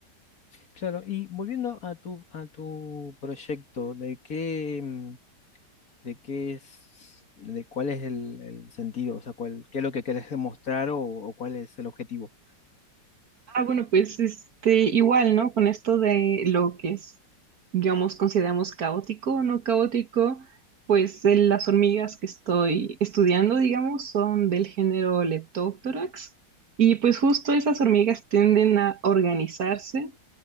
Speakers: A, on the left; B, on the right.
A: Claro, y volviendo a tu, a tu proyecto, ¿de qué, mm, de qué es, de cuál es el, el sentido? O sea, cuál, qué es lo que querés demostrar o, o cuál es el objetivo.
B: Ah, bueno, pues este, igual, ¿no? Con esto de lo que es, digamos, consideramos caótico o no caótico, pues de las hormigas que estoy estudiando, digamos, son del género Leptoctorax. Y pues justo esas hormigas tienden a organizarse